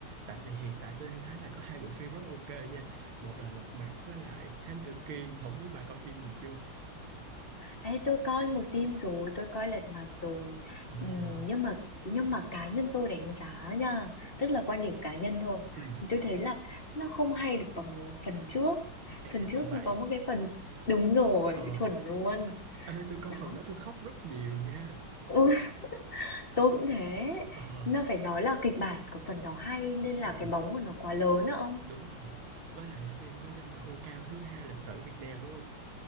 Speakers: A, on the right; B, on the left.
A: tại vì hiện tại tôi đang thấy là có hai bộ phim rất ok nha một là Lật Mặt với lại Thám Tử Kiên không biết bà coi phim gì chưa?
B: Ê, tôi coi một phim rồi, tôi coi Lật Mặt rồi,
A: Ồ
B: Ừm,
A: vậy hả?
B: nhưng mà nhưng mà cá nhân tôi đánh giá nha, tức là quan điểm cá nhân thôi,
A: Ừ.
B: thì tôi thấy là nó không hay được bằng phần trước,
A: Ê,
B: phần trước
A: phần 7.
B: nó có một cái phần đúng rồi,
A: Ờ
B: chuẩn luôn,
A: Ê, tôi coi
B: đó,
A: phần đó tôi khóc rất nhiều nha
B: ừ, <laughs> tôi cũng thế,
A: Ờ
B: nó phải nói là kịch bản của phần đó hay nên là
A: Ờ
B: cái bóng của nó quá lớn á ông.
A: Đúng rồi. Với lại phim có doanh thu cao thứ hai lịch sử Việt Nam đúng không?